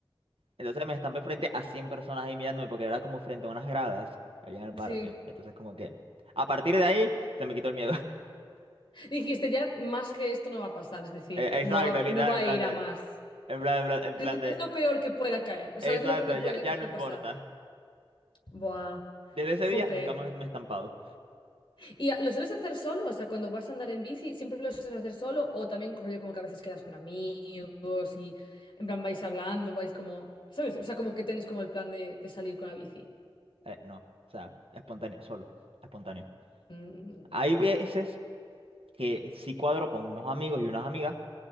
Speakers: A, on the right; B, on the left.
A: Entonces me estampé frente a 100 personas ahí mirándome porque era como frente a unas gradas que había en el
B: Sí.
A: parque. Entonces como que a partir de ahí se me quitó el miedo. <laughs>
B: Dijiste, ya más que esto no va a pasar, es decir,
A: Eh, Exacto,
B: no va,
A: literal,
B: no va
A: en
B: a
A: plan
B: ir
A: de,
B: a más.
A: en plan, en plan, en
B: ¿Qué
A: plan de,
B: es lo peor que pueda caer? O
A: exacto,
B: sea, ¿qué es lo peor que puede,
A: ya, ya
B: que puede
A: no importa.
B: pasar? Buah,
A: Desde ese
B: jope.
A: día nunca más me he estampado.
B: ¿Y a- lo sueles hacer solo? O sea, cuando vas a andar en bici, ¿siempre lo sueles hacer solo? ¿O también rollo como que a veces quedas con amigos y en plan vais hablando, vais como, ¿sabes? O sea, como que tenéis como el plan de, de salir con la bici.
A: Eh, no, o sea, espontáneo, solo, espontáneo.
B: Mm,
A: Hay veces que sí cuadro con unos amigos y unas amigas.